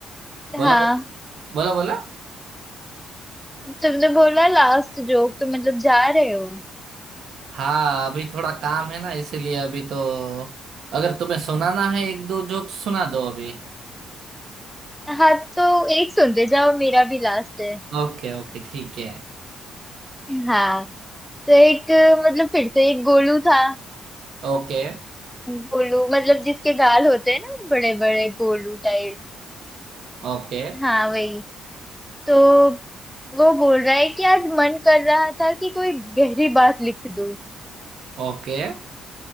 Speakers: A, in the centre; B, on the right (about 70°).
A: हाँ
B: बोलो बोलो बोलो
A: तुमने बोला लास्ट जोक तो मतलब जा रहे हो
B: हाँ अभी थोड़ा काम है ना इसीलिए अभी तो अगर तुम्हें सुनाना है एक दो जोक सुना दो अभी
A: हाँ तो एक सुनते जाओ मेरा भी लास्ट है
B: ओके ओके ठीक है
A: हाँ तो एक मतलब फिर से एक गोलू था
B: Okay
A: गोलू मतलब जिसके गाल होते हैं ना बड़े बड़े गोलू टाइप
B: okay
A: हाँ वही तो वो बोल रहा है कि आज मन कर रहा था कि कोई गहरी बात लिख दूं
B: okay